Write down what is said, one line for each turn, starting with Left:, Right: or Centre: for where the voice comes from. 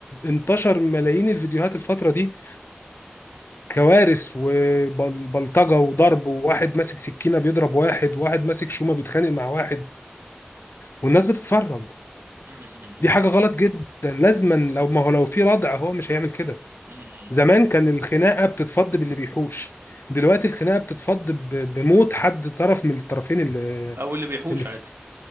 Left: انتشر ملايين الفيديوهات الفترة دي كوارث وبلطجة وضرب وواحد ماسك سكينة بيضرب واحد وواحد ماسك شومة بيتخانق مع واحد والناس بتتفرج
Right: م- م-
Left: دي حاجة غلط جدا لازما لو ما هو لو في ردع هو مش هيعمل كده
Right: م- م-
Left: زمان كان الخناقه بتتفض باللي بيحوش دلوقتي الخناقه بتتفض ب- بموت حد طرف من الطرفين اللي,
Right: او اللي بيحوش
Left: اللي
Right: عادي